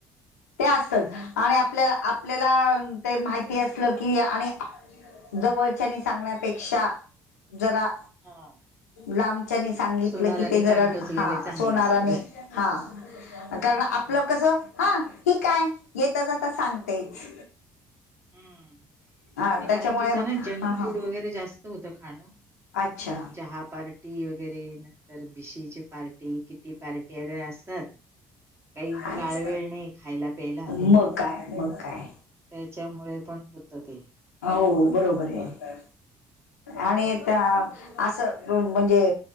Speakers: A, on the left; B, on the right.
A: ते असतात आणि आपल्याला आपल्याला ते माहिती असलं की, आणि जवळच्यानी सांगण्यापेक्षा जरा.
B: हा.
A: लांबच्यानी सांगितलं
B: सोनाराने
A: की, ते जरा
B: कान टोचलेले
A: हा
B: चांगलं
A: सोनाराने
B: असतं.
A: हा कारण आपलं
B: हम्म
A: कस हा, ठीक आहे येता जाता सांगतेच.
B: हम्म नाही
A: हा त्याच्यामुळे
B: कारण तिचं
A: मग
B: ना जंक
A: हा
B: फूड
A: हा
B: वगैरे जास्त होत खाणं.
A: अच्छा
B: चहा पार्टी वगैरे नंतर <inaudible> पार्टी किटी पार्टी असतात. काही
A: आज
B: काळ वेळ नाही खायला प्यायला.
A: मग काय मग काय
B: त्याच्यामुळे पण होतं ते.
A: हो बरोबर आहे
B: हम्म.
A: आणि त्या. असं म्हणजे